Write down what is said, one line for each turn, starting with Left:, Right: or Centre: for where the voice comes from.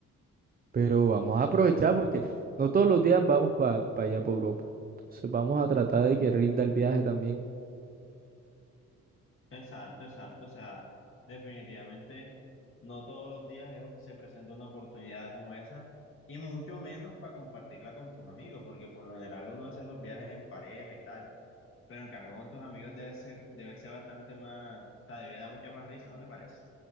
Right: pero vamos a aprovechar porque no todos los días vamos para allá, para Europa. Entonces vamos a tratar de que rinda el viaje también.
Left: Exacto, exacto. O sea, definitivamente no todos los días es- se presenta una oportunidad como esa y mucho menos para compartirla con tus amigos, porque por lo general uno hace esos viajes en pareja y tal, pero en cambio con tus amigos debe ser, debe ser bastante más, o sea, debe dar mucha más risa, ¿no te parece?